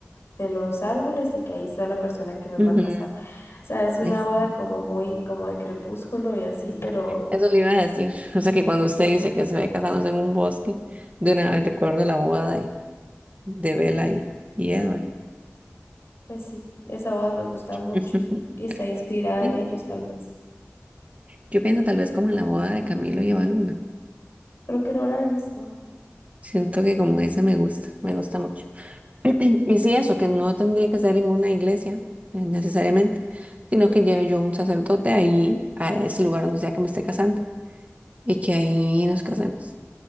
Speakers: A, on the left; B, on the right.
A: de los árboles y que ahí está la persona que nos
B: ujú.
A: va a casar. O sea, es una
B: Es-
A: boda como muy como de crepúsculo y así, pero
B: eso le iba a decir, <laughs> o sea, que cuando usted dice que se ve casándose en un bosque, de una vez recuerdo la boda de, de Bella y, y Edward.
A: pues sí, esa boda me gusta mucho
B: <laughs>
A: y está inspirada
B: Sí,
A: en ellos tal vez.
B: yo pienso tal vez como en la boda de Camilo y Evaluna
A: Creo que no la he visto.
B: Siento que como esa me gusta, me gusta mucho. <clears throat> Y sí, eso, que no tendría que ser en una iglesia eh, necesariamente, sino que lleve yo un sacerdote ahí a ese lugar donde sea que me esté casando y que ahí nos casemos.